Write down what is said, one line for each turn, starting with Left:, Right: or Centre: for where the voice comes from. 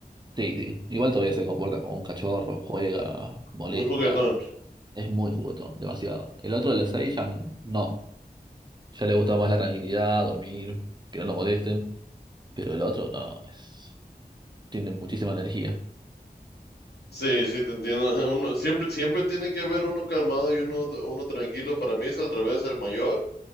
Right: Sí, sí. Igual todavía se comporta como un cachorro, juega, molesta.
Left: muy juguetón.
Right: Es muy juguetón, demasiado. El otro, el de 6 ya n- no. Ya le gusta más la tranquilidad, dormir, que no lo molesten. Pero el otro no, es... tiene muchísima energía.
Left: Sí, sí, te entiendo. <laughs> Uno, siempre, siempre tiene que haber uno calmado y uno, uno tranquilo. Para mí es al revés, el mayor.